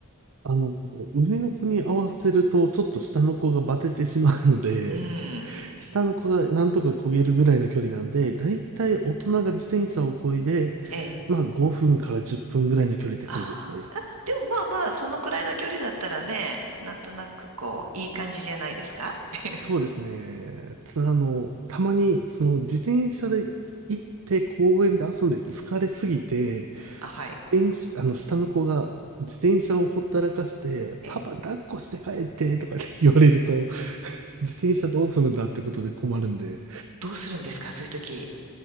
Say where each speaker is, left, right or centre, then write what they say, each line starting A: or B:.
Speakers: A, on the right; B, on the right.
A: あの、上の子に合わせると、ちょっと下の子がバテてしまうので、
B: うん。
A: <laughs> 下の子がなんとか漕げるぐらいの距離なんで、だいたい大人が自転車を漕いで、
B: ええ。
A: まあ5分から10分ぐらいの距離って感じですね。
B: あーあ、でもまあまあ、そのくらいの距離だったらね、なんとなくこう、いい感じじゃないですか <laughs>
A: そうですね。ただ、あの、たまに、その自転車で行って公園で遊んで疲れすぎて、
B: あ、はい。
A: 自転車、あの、下の子が自転車をほったらかして、
B: ええ。
A: パパ抱っこして帰ってとかって言われると、自転車どうするんだってことで困るんで、
B: どうするんですかそういう時。